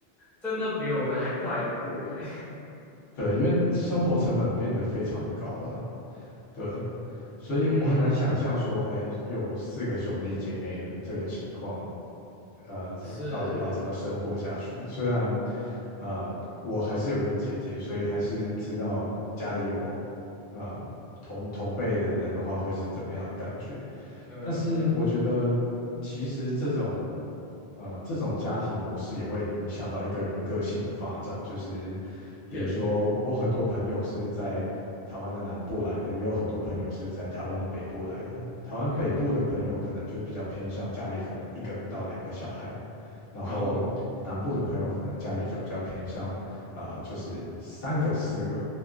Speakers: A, in the centre; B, on the left.
A: 真的比我们还快一步诶。
B: <laughs> 对，因为生活成本变得非常的高了，对，所以我很难想象说，
A: 嗯，
B: 哎，有四个兄弟姐妹的这个情况，呃，所到底要怎么生活下去？
A: 是，
B: 虽然，呃，我还是有一个姐姐，所以还是知道家里有，啊同同辈的人的话会是怎么样的感觉。
A: 嗯嗯，
B: 但是我觉得其实这种呃这种家庭模式也会影响到一个人个性的发展，就是比如说我很多朋友是在台湾的南部来的，
A: 确实，
B: 也有很多朋友是在台湾的北部来的。台湾北部的朋友可能就比较偏向家里可能一个到两个小孩，
A: 嗯，
B: 然后南部的朋友可能家里就比较偏向啊、
A: 哦
B: 呃就是三个四个